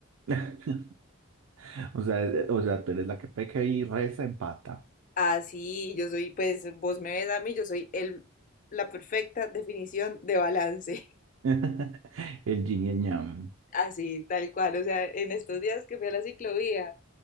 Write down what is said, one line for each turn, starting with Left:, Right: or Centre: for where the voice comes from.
Right: <laughs> O sea, eh, o sea, tú eres la que peca y reza empata.
Left: <laughs> Así, yo soy, pues vos me ves a mí, yo soy el, la perfecta definición de balance.
Right: <laughs> El yin y el yang.
Left: <laughs> Así, tal cual. O sea, en estos días que fui a la ciclovía,